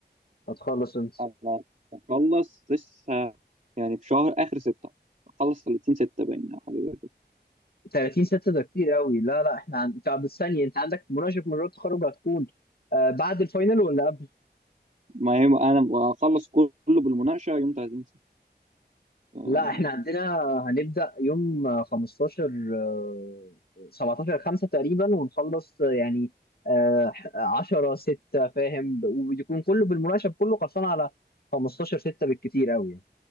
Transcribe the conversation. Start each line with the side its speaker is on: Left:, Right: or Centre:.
Left: هتخلص انت
Right: انا هخلص لسه يعني في شهر اخر ستة هخلص 30 6 باين يا حبيبي
Left: 30 6 ده كتير قوي لا لا احنا عن... طب الثانيه انت عندك مناقشه مشروع التخرج هتكون آه، بعد الفاينل ولا قبل
Right: ما يوم انا هخلص كله بالمناقشه يوم 30 6 أه،
Left: لا احنا عندنا هنبدا يوم آه، 15 آه، 17 5 تقريبا ونخلص آه، يعني آه، 10 6 فاهم ويكون كله بالمناقشه كله خلصان على 15 6 بالكتير قوي يعني.